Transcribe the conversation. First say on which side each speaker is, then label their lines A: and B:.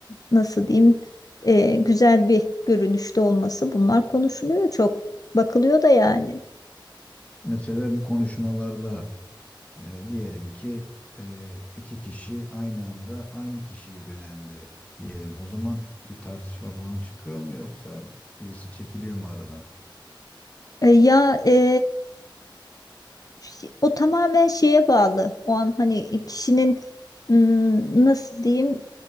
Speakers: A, on the left; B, on the left.
A: nasıl diyeyim e, güzel bir görünüşte olması bunlar konuşuluyor çok. Bakılıyor da yani.
B: Mesela bu konuşmalarda E, diyelim ki e, iki kişi aynı anda aynı kişiyi beğendi diyelim. O zaman bir tartışma falan çıkıyor mu yoksa birisi çekiliyor mu aradan?
A: E, ya e, ş- o tamamen şeye bağlı. O an hani kişinin m, nasıl diyeyim